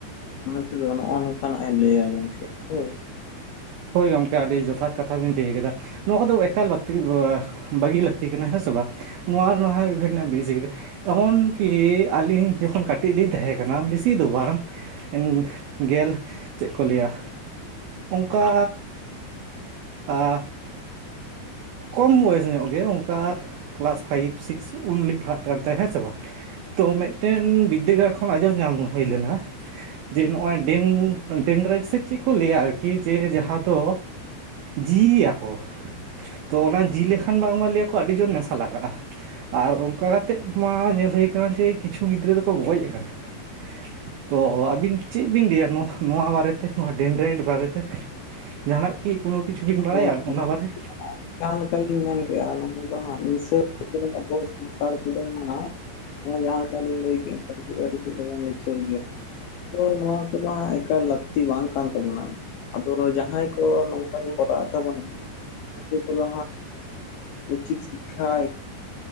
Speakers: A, on the left; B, on the right.
A: ᱢᱟᱭ ᱛᱮᱫᱚ ᱱᱚᱜᱼᱚ ᱱᱚᱝᱠᱟᱱᱟᱜᱼ ᱮ ᱞᱟᱹᱭᱟ ᱜᱚᱝᱠᱮ ᱦᱳᱭ ᱾
B: ᱦᱳᱭ ᱜᱚᱝᱠᱮ ᱟᱹᱰᱤ ᱡᱚᱛᱷᱟᱛ ᱠᱟᱛᱷᱟ ᱵᱤᱱ ᱞᱟᱹᱭ ᱠᱮᱫᱟ ᱾ ᱱᱚᱣᱟ ᱫᱚ ᱮᱠᱟᱞ ᱞᱟᱠᱛᱤ ᱵᱟᱠᱛᱤ ᱵᱟᱹᱜᱤ ᱞᱟᱹᱠᱛᱤ ᱠᱟᱱᱟ ᱦᱮᱸ ᱥᱮ ᱵᱟᱝ ᱱᱚᱣᱟ ᱵᱷᱤᱠᱱᱟ ᱵᱤᱨᱤ ᱥᱮᱠᱨᱮᱴ ᱾ ᱮᱢᱚᱱ ᱠᱤ ᱟᱹᱞᱤᱧ ᱡᱚᱠᱷᱚᱱ ᱠᱟᱹᱴᱤᱡ ᱞᱤᱧ ᱛᱟᱸᱦᱮ ᱠᱟᱱᱟ ᱵᱮᱥᱤ ᱫᱚ ᱵᱟᱝ ᱾ ᱜᱮᱞ ᱪᱮᱫ ᱠᱚ ᱞᱟᱹᱭ-ᱟ ᱠᱟ ᱟᱻ ᱠᱚᱢ ᱵᱚᱭᱮᱥ ᱧᱚᱜ ᱜᱮ ᱝᱠᱟ ᱠᱞᱟᱥ ᱯᱷᱟᱭᱤᱵᱽ ᱥᱤᱠᱥ ᱩᱱ ᱞᱤᱧ ᱯᱟᱲᱦᱟᱜ ᱠᱟᱱ ᱛᱟᱸᱦᱮᱡ ᱦᱮᱸ ᱥᱮ ᱛᱚ ᱢᱤᱫᱴᱮᱱ ᱵᱤᱫᱽᱫᱟᱹᱜᱟᱲ ᱠᱷᱚᱱ ᱟᱸᱡᱚᱢ ᱧᱟᱢ ᱦᱩᱭ ᱞᱮᱱᱟ ᱾ ᱡᱮ ᱱᱚᱜᱼᱚᱭ ᱰᱮᱱ ᱰᱮᱱ ᱥᱮ ᱪᱮᱫ ᱠᱚ ᱞᱟᱹᱭ-ᱟ ᱟᱨᱠᱤ ᱡᱮ ᱡᱟᱦᱟᱸ ᱫᱚ ᱡᱤ ᱟᱠᱚ ᱾ ᱛᱚ ᱚᱱᱟ ᱡᱤ ᱞᱮᱠᱷᱟᱱ ᱵᱟᱝᱢᱟ ᱞᱟᱹᱭ ᱟᱠᱚ ᱟᱹᱰᱤ ᱡᱳᱨ ᱱᱮᱥᱟ ᱞᱟᱜᱟᱜᱼᱟ᱾ ᱟᱨ ᱚᱱᱠᱟ ᱠᱟᱛᱮᱫ ᱢᱟ ᱧᱮᱞ ᱦᱩᱭ ᱠᱟᱱᱟ ᱡᱮ ᱠᱤᱪᱷᱩ ᱜᱤᱫᱽᱨᱟᱹ ᱫᱚᱠᱚ ᱜᱚᱡ ᱟᱠᱟᱱᱟ ᱾ ᱛᱚ ᱟᱵᱤᱱ ᱪᱮᱫ ᱵᱤᱱ ᱞᱟᱹᱭᱟ ᱱᱚᱣᱟ, ᱱᱚᱣᱟ ᱵᱟᱨᱮᱛᱮ ᱱᱚᱣᱟ ᱰᱮᱱᱰᱨᱟᱭᱮᱰ ᱵᱟᱨᱮᱛᱮ? ᱡᱟᱦᱟᱱᱟᱜ ᱠᱤ ᱠᱳᱱᱳ ᱠᱤᱪᱷᱩ ᱵᱤᱱ ᱵᱟᱲᱟᱭᱟ
A: ᱦᱳᱭ
B: ᱚᱱᱟ
A: ᱱᱚᱣᱟ
B: ᱵᱟᱨᱮ?
A: ᱡᱟᱦᱟᱸ ᱞᱮᱠᱟᱞᱤᱧ ᱢᱮᱱ ᱠᱮᱜᱼᱟ ᱱᱚᱣᱟ ᱫᱚ ᱦᱟᱸᱜ ᱱᱤᱥᱟᱹ ᱡᱮᱢᱚᱱ ᱟᱵᱚ ᱥᱟᱱᱛᱟᱲ ᱠᱚᱫᱚ ᱦᱟᱸᱜ ᱾ ᱱᱚᱣᱟ ᱡᱟᱦᱟᱸ ᱞᱮᱠᱟ ᱞᱤᱧ ᱞᱟᱹᱭ ᱠᱮᱜᱼᱟ, ᱛᱟᱨᱯᱚᱨᱮ ᱟᱰᱤ ᱡᱩᱨ ᱵᱚᱱ ᱞᱤᱪᱟᱹᱲ ᱜᱮᱭᱟ ᱾ ᱦᱚᱭ ᱱᱚᱣᱟ ᱠᱚᱢᱟ ᱮᱠᱟᱞ ᱞᱟᱹᱠᱛᱤ ᱵᱟᱝ ᱠᱟᱱ ᱛᱟᱵᱚᱱᱟ, ᱟᱫᱚ ᱡᱟᱦᱟᱸᱭ ᱠᱚ ᱱᱚᱝᱠᱟ ᱡᱮ ᱠᱚᱨᱟᱣ ᱛᱟᱵᱚᱱᱟ ᱛᱚ ᱱᱩᱠᱩ ᱠᱚᱫᱚ ᱩᱪᱤᱛ ᱥᱤᱠᱷᱟ